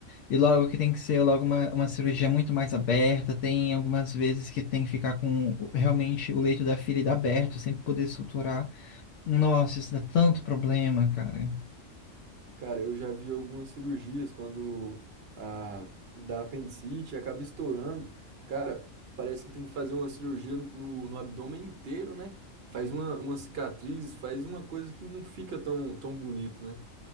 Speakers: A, on the left; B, on the right.
A: E logo que tem que ser logo uma, uma cirurgia muito mais aberta, tem algumas vezes que tem que ficar com o- realmente o leito da ferida aberto, sempre poder suturar. Nossa, isso dá tanto problema, cara.
B: Cara, eu já vi algumas cirurgias quando a da apendicite acaba estourando. Cara, parece que tem que fazer uma cirurgia no, no abdômen inteiro, né? Faz uma, uma cicatriz, faz uma coisa que não fica tão, tão bonito, né?